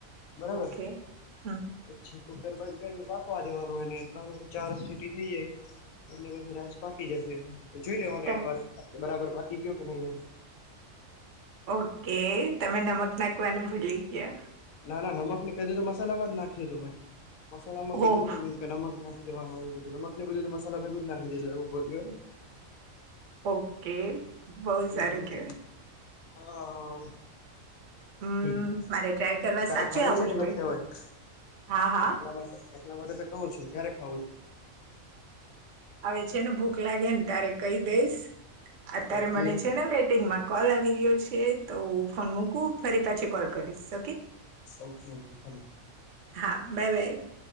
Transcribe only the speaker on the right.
ઓકે હમ.
તમ
ઓકે તમે નમક નાખવાનું ભૂલી ગયા.
ઓહ
ઓકે બહુ
સારું કેવાય.
હમ
મારે ટ્રાય કરવા
સાચે
આવું
જોઈએ
હા હા
આવે છે ને ભૂખ લાગે ને તારે કઈ દઈશ અત્યારે
મને છે ને બેટિંગમાં. કોલ આવી રહ્યો છે તો હુ ફોન મુકું ફરી પાછો કોલ કરીશ ઓકે.
હા bye bye.